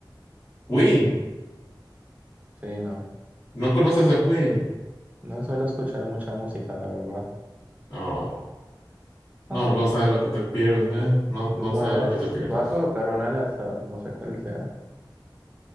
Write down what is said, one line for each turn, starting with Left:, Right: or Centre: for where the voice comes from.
Left: Queen,
Right: Sí, no.
Left: no conoces a Queen.
Right: No suelo escuchar mucha música, la verdad.
Left: Oh, no,
Right: Ok,
Left: no sabes lo que te pierdes, man. No, no
Right: voy
Left: sabes
Right: a,
Left: lo que te pierdes.
Right: voy a colocar una al azar, no sé cuál sea.